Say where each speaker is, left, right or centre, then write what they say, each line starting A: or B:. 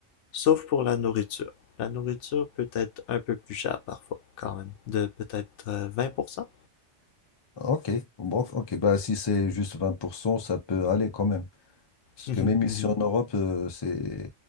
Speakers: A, on the left; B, on the left.
A: sauf pour la nourriture. La nourriture peut être un peu plus chère parfois, quand même, de peut-être euh, 20%.
B: Ok, bon, ok, bah, si c'est juste 20%, ça peut aller quand même. Parce
A: Mhm,
B: que même ici
A: mhm,
B: en Europe, euh, c'est,